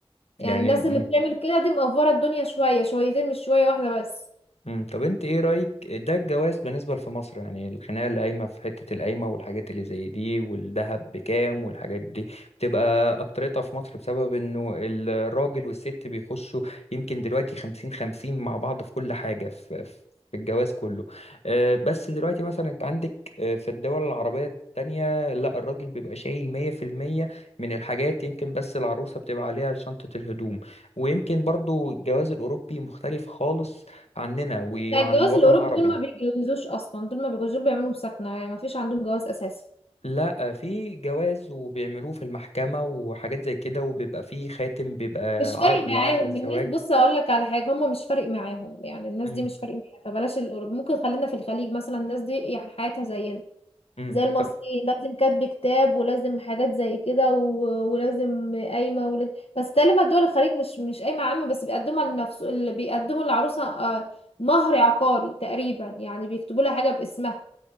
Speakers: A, on the left (about 65°); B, on the left (about 85°).
A: يعني
B: يعني
A: الناس اللي بتعمل كده دي مقفره الدنيا شويه شويتين مش شويه واحده بس
B: مم. طب انت ايه رأيك ده الجواز بالنسبة في مصر يعني الخناقة اللي قايمة في حتة القايمة والحاجات اللي زي دي والذهب بكام والحاجات دي بتبقى أكترتها في مصر بسبب انه الراجل والست بيخشوا يمكن دلوقتي خمسين خمسين مع بعض في كل حاجة في, في في الجواز كله آه، بس دلوقتي مثلا انت عندك آه، في الدول العربية التانية لا الراجل بيبقى شايل مية في المية من الحاجات يمكن بس العروسة بتبقى عليها شنطة الهدوم ويمكن برضو الجواز الأوروبي مختلف خالص عننا وعن
A: بتاع الجواز
B: الوطن
A: الاوروبي
B: العربي
A: دول ما بيتجوزوش اصلا دول ما بيتجوزوش دول بيعملوا مسكنه يعني ما فيش عندهم جواز اساسي
B: لا في جواز وبيعملوه في المحكمة وحاجات زي كده وبيبقى فيه خاتم بيبقى
A: مش
B: عقد
A: فارق معاهم
B: لعقد الزواج
A: الناس بص اقول لك على حاجه هم مش فارق معاهم يعني الناس
B: امم
A: دي مش فارق معاها فبلاش الاوروبي ممكن خلينا في الخليج مثلا الناس دي يعني حياتها زينا
B: امم
A: زي المصريين
B: طب
A: لازم كاتب كتاب ولازم حاجات زي كده و- ولازم قايمه ولازم بس تقريبا دول الخليج مش مش قايمه عامه بس بيقدمها لنفس اللي بيقدموا للعروسه آه، مهر عقاري تقريبا يعني بيكتبوا لها حاجه باسمها